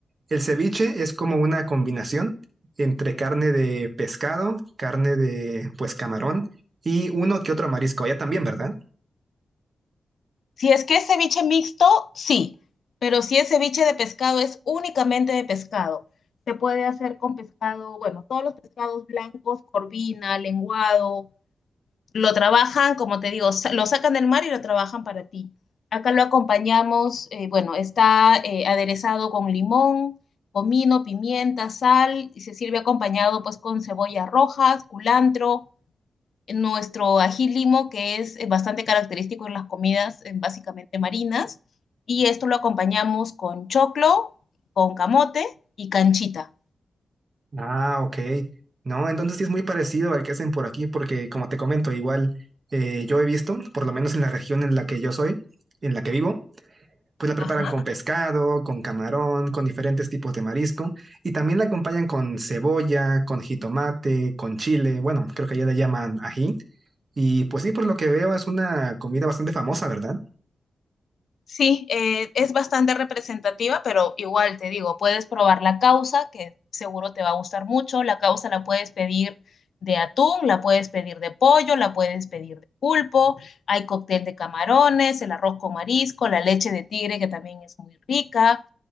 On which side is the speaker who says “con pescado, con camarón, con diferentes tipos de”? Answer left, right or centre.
Right